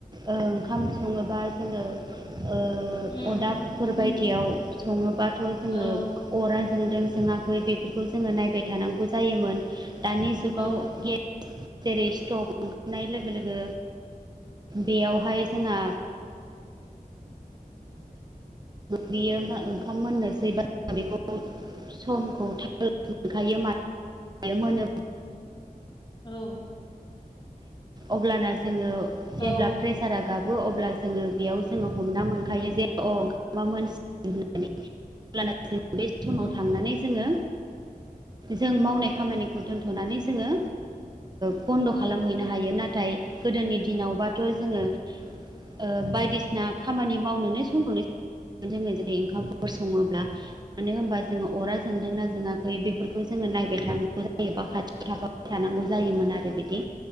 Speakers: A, on the right; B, on the left.
A: ओंखाम सङोबा जोङो ओं
B: उम
A: अदाब फोर बायदियाव सङोबाथ' जोङो
B: औ
A: अरा जोंदों जोङाखै बेफोर खौ जोङो नायबाय थानांगौ जायोमोन दानि जुगाव
B: औ
A: गे जेरै स्टक ओंखारनाय लोगो लोगो बेयावहाय जोंहा
B: औ
A: बियो ओंखाम मोननोसै बा बेखौ समखौ थाल मोनखायो
B: औ
A: अब्लाना जोङो जेब्ला
B: औ
A: प्रेसारा गाबो अब्ला जोङो बेयाव जोङो हमना मोनखायो जे अ मा मोनसि होननानै अब्लाना जों बे समाव
B: उम
A: थांनानै जोङो जों मावनाय खामानिखौ दोनथ'नानै जोङो बन्द' खालामहैनो हायो नाथाय गोदोनि दिनावबाथ' जोङो ओ बायदिसिना खामानि मावनोनो खौनि जोङो जुदि ओंखामफोर सङोब्ला मानो होनबा जोङो अरा जोंदोंना जोङा खै बेफोरखौ जोङो नायबाय थानांगौ जायोबा खाथि थाख थानांगौ जायोमोन आरो बिदि